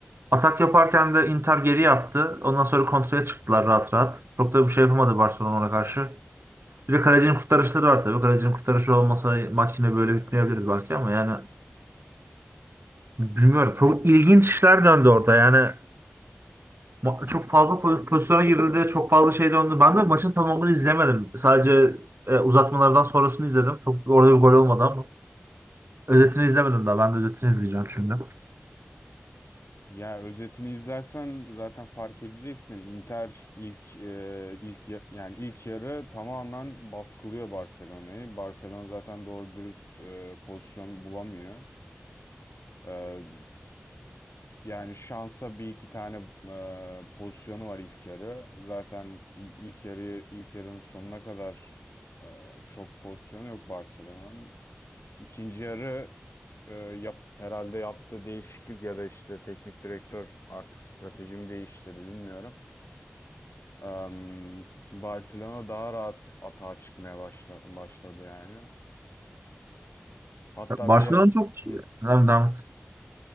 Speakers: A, on the right; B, on the left.
A: Atak yaparken de Inter geriye attı. Ondan sonra kontraya çıktılar rahat rahat. Çok da bir şey yapamadı Barcelona ona karşı. Bir de kalecinin kurtarışları var tabii. Kalecinin kurtarışı olmasa maç yine böyle bitmeyebilirdi belki ama yani bilmiyorum. Çok ilginç işler döndü orada. Yani ma- çok fazla po- pozisyona girildi. Çok fazla şey döndü. Ben de maçın tamamını izlemedim. Sadece e, uzatmalardan sonrasını izledim. Çok orada bir gol olmadı ama. Özetini izlemedim daha. Ben de özetini izleyeceğim şimdi.
B: Ya özetini izlersen zaten fark edeceksin. Inter ilk e, ilk ya- yani ilk yarı tamamen baskılıyor Barcelona'yı. Barcelona zaten doğru dürüst e, pozisyon bulamıyor. E, yani şansa bir iki tane e, pozisyonu var ilk yarı. Zaten i- ilk yarı ilk yarının sonuna kadar e, çok pozisyonu yok Barcelona'nın. İkinci yarı e, yap, herhalde yaptığı değişiklik ya da işte teknik direktör artık stratejimi değiştirdi bilmiyorum. Am, Barcelona daha rahat atağa çıkmaya başla, başladı yani. Hatta
A: Barcelona
B: bir
A: çok...
B: Hı.
A: Devam, devam.